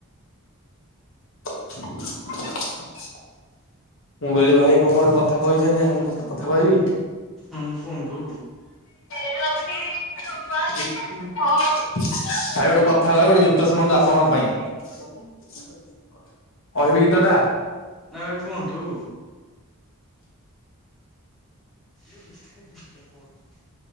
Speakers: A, on the left; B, in the centre.
A: <inaudible> ମୁଁ କହିଲି ଭାଇ କଣ ଗୋଟେ କଥା କହିଛନ୍ତି <unintelligible> କଥା କହିବି।
B: ହଁ କୁହନ୍ତୁ।
A: <unintelligible> ଭାଇ ଗୋଟେ କଥା କହିବି ଗୋଟେ ଗୀତ ଶୁଣନ୍ତୁ ଆପଣଙ୍କ ପାଇଁ। କହିବି ଗୀତଟା?
B: ନା ଭାଇ କୁହନ୍ତୁ। ଏ ମିଠା ଜିନଷ କଣ?